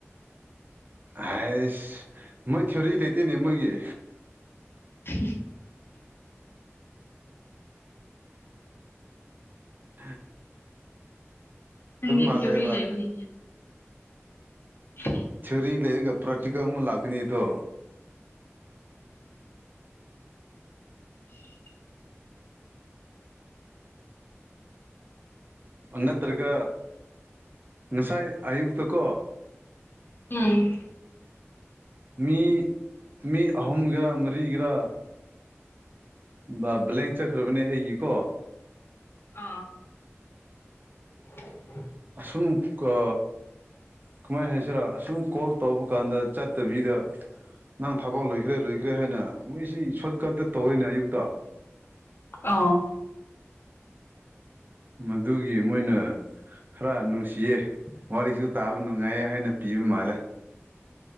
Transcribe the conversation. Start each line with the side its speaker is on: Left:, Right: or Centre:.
Right: ꯑꯁ ꯃꯣꯏ ꯊꯤꯑꯣꯔꯤ ꯂꯩꯇꯦꯅꯦ ꯃꯣꯏꯒꯤ
Left: <inaudible>
Right: ꯎꯝ
Left: ꯁꯪꯒꯤꯤ
Right: ꯃꯥꯜꯂꯦꯕ
Left: ꯊ꯭ꯌꯔꯤ ꯂꯩꯕꯦ <inaudible>
Right: ꯁꯦꯔꯤ ꯂꯩꯔꯒ ꯄ꯭ꯔꯥꯇꯤꯀ ꯑꯃ ꯂꯥꯛꯀꯅꯤꯗꯣ
Left: <inaudible>
Right: ꯅꯠꯇ꯭ꯔꯒ ꯉꯁꯥꯏ ꯑꯌꯨꯛꯇꯛꯇꯀꯣ
Left: ꯎꯝ
Right: ꯃꯤ ꯃꯤ ꯑꯍꯨꯝꯒꯔꯥ ꯃꯔꯤꯒꯔꯥ ꯕ ꯕ꯭ꯂꯦꯡ ꯆꯠꯈ꯭ꯔꯕꯅꯦ ꯑꯩꯒꯤꯀꯣ
Left: ꯑꯥ <inaudible>
Right: ꯑꯁꯨꯝ ꯀ ꯀꯃꯥꯏ ꯍꯥꯏꯁꯤꯔꯥ ꯑꯁꯨꯝ ꯀꯣꯜ ꯇꯧꯕ ꯀꯥꯟꯗ ꯆꯠꯇꯕꯤꯗ ꯅꯪ ꯊꯕꯛ ꯂꯣꯏꯈ꯭ꯔꯦ ꯂꯣꯏꯈ꯭ꯔꯦ ꯍꯥꯏꯅ ꯃꯨꯏꯁꯤꯡ ꯁꯣꯠ ꯀꯠꯇ ꯇꯧꯋꯦꯅ ꯑꯌꯨꯛꯇ
Left: ꯑꯥ
Right: ꯃꯗꯨꯒꯤ ꯃꯣꯏꯅ ꯈꯔ ꯅꯨꯡꯁꯤꯌꯦ ꯋꯥꯔꯤꯁꯨ ꯇꯥꯕ ꯅꯨꯡꯉꯥꯏꯌꯦ ꯍꯥꯏꯅ ꯄꯤꯕ ꯃꯥꯜꯂꯦ